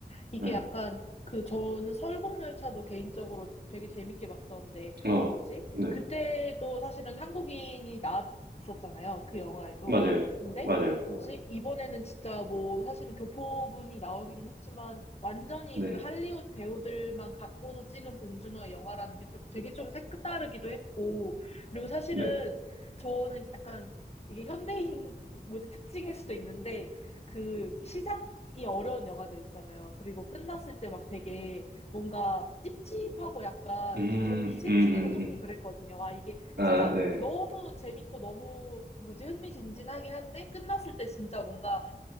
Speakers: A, on the left; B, on the right.
A: 이게
B: 네,
A: 약간 그 저는 설국열차도 개인적으로 되게 재밌게 봤었는데
B: 어,
A: 뭐지?
B: 네.
A: 그때도 사실은 한국인이 나왔었잖아요. 그 영화에도.
B: 맞아요.
A: 근데
B: 맞아요.
A: 뭐지? 이번에는 진짜 뭐 사실은 교포분이 나오긴 했지만 완전히
B: 네,
A: 그 할리우드 배우들만 갖고서 찍은 봉준호의 영화라는 게 좀- 되게 좀 색다르기도 했고 그리고 사실은
B: 네.
A: 저는 약간 이게 현대인 뭐지 특징일 수도 있는데 그 시장 이 어려운 영화들 있잖아요. 그리고 끝났을 때 막 되게 뭔가 찝찝하고 약간
B: 음,
A: 저- 저는 기생충에서
B: 음, 음,
A: 조금
B: 음.
A: 그랬거든요. 아 이게
B: 아,
A: 진짜
B: 네.
A: 너무 재밌고 너무 뭐지 흥미진진하긴 한데 끝났을 때 진짜 뭔가